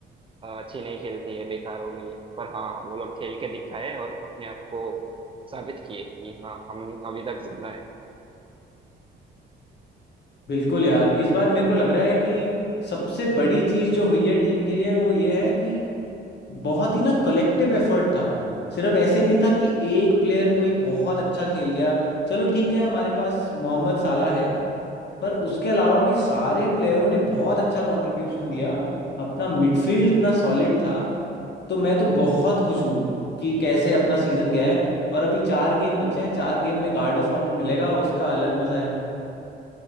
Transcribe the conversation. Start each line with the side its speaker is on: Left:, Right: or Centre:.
Right: अ, अच्छी नहीं खेलती है बेकार हो गई है पर हाँ वो लोग खेल के दिखाए और अपने आप को साबित किए कि हाँ हम अभी तक जिंदा है
Left: बिल्कुल यार इस बार मेरे को लग रहा है कि सबसे बड़ी चीज जो हुई है टीम के लिए वो ये है कि बहुत ही ना कलेक्टिव एफर्ट था सिर्फ ऐसे नहीं था कि एक प्लेयर कोई बहुत अच्छा खेल गया चलो ठीक है हमारे पास मोहम्मद साला है पर उसके अलावा भी सारे प्लेयरों ने बहुत अच्छा कंट्रीब्यूशन दिया अपना मिडफील्ड इतना सॉलिड था तो मैं तो बहुत खुश हूँ कि कैसे अपना सीजन गया है और अभी चार गेम बचे हैं चार गेम में गार्ड ऑफ ऑनर मिलेगा उसका अलग मजा है